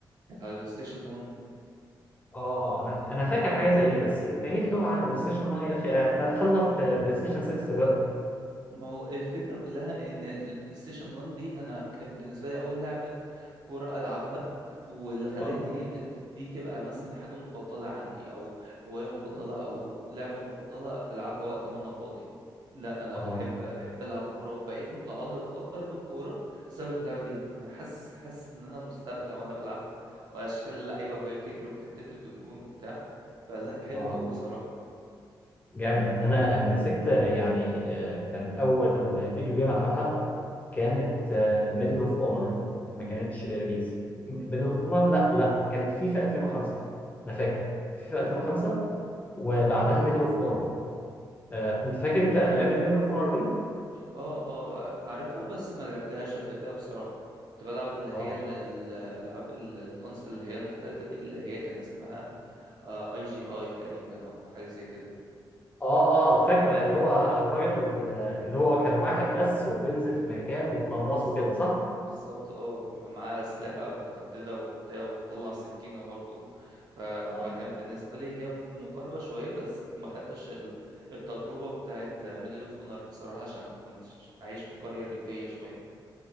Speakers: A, on the right (about 55°); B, on the left (about 20°).
A: كانت على البلاي ستيشن 1
B: اه انا انا فاكر حاجه زي دي بس بعيد قوي على بلاي ستيشن 1 يا اخي احنا دخلنا في بلاي ستيشن 6 دلوقتي
A: ما هو الفكرة كلها إن البلاي ستيشن 1 دي أنا كان بالنسبة لي أول لعبة كورة ألعبها واللي خلتني
B: اه
A: ات- دي تبقى مثلا حاجة مفضلة عندي أو هواية مفضلة أو لعبة مفضلة ألعبها وقت ما أنا فاضي لا أنا
B: اه
A: بحب بحب ألعب كورة وبقيت متعلق أكتر بالكورة بسبب اللعبة دي أنا حاسس حاسس إن أنا مستمتع وأنا بلعبها وأشكال اللعيبة وهي بتجري وبتحتفل بالجون وبتاع فلا حلوة
B: اه
A: أوي بصراحة
B: جامد انا مسكت يعني آه، كان اول فيديو جيم العبها كانت ميدل اوف اونر ما كانتش بيس ميدل اوف اونر لا لا كانت فيفا 2005 انا فاكر فيفا
A: <laughs>
B: 2005 وبعدها ميدل اوف اونر انت فاكر انت لعبه ميدل اوف اونر دي؟
A: اه اه عارفها بس ما لعبتهاش قبل كده بصراحة كنت بلعب اللي
B: اه
A: هي ال- ال- الألعاب ال- الكونسل اللي هي المختلفة دي اللي هي كان اسمها اي جي اي تقريبا أو حاجة زي كده
B: اه اه آه، فاكره اللي هو الراجل ال- اللي هو كان واحد بس وبينزل في مكان وقناص
A: بالظبط
B: وكده صح؟
A: بالظبط اه بيبقى معاه أسلحة متعددة وبتاع وبيطلع سكينة برضو ف...
B: اه
A: فكان بالنسبة لي هي مقاربة شوية بس ما خدتش ال- التجربة بتاعت ميدل اوف اونر بصراحة عشان كنت عايش في قرية ريفية شوية